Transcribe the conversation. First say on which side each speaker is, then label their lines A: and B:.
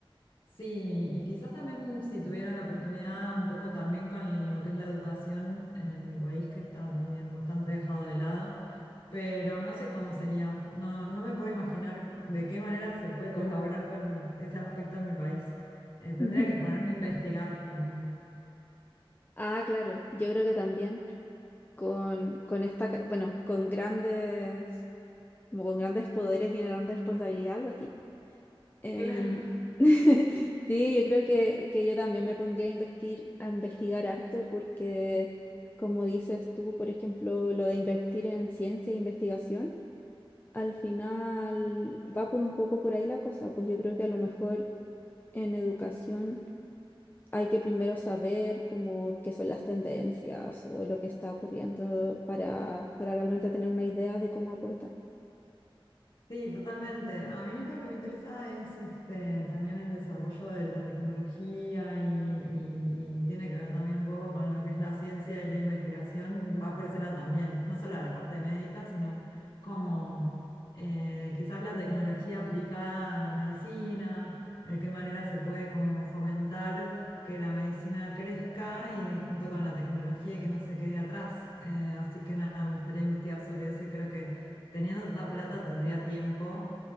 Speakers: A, on the left (about 60°); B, on the left (about 20°).
A: Sí, y quizás también si tuviera la oportunidad un poco también con lo que es la educación en mi país, que está también bastante dejado de lado, pero no sé cómo sería, no, no me puedo imaginar de qué manera se puede <laughs> colaborar con ese aspecto en mi país. Eh, tendría
B: <laughs>
A: que ponerme a investigar también.
B: Ah, claro, yo creo que también con, con esta, ca- bueno, con grandes, como con grandes poderes viene grande responsabilidad, algo así. Em,
A: <laughs>
B: <laughs> sí, yo creo que, que yo también me pondría a investir, a investigar harto porque, como dices tú, por ejemplo, lo de invertir en ciencia e investigación, al final va por un poco por ahí la cosa, pues yo creo que a lo mejor en educación hay que primero saber como qué son las tendencias o lo que está ocurriendo para, para realmente tener una idea de cómo aportar.
A: Sí, totalmente. A mí lo que me interesa es este, también el desarrollo de la tecnología y, y- y tiene que ver también un poco con lo que es la ciencia y la investigación. Va por ese lado también, no solo a la parte médica, sino como eh, quizás la tecnología aplicada a la medicina, de qué manera se puede como fomentar que la medicina crezca y junto con la tecnología y que no se quede atrás. Eh, así que nada, me gustaría investigar sobre eso y creo que teniendo tanta plata tendría tiempo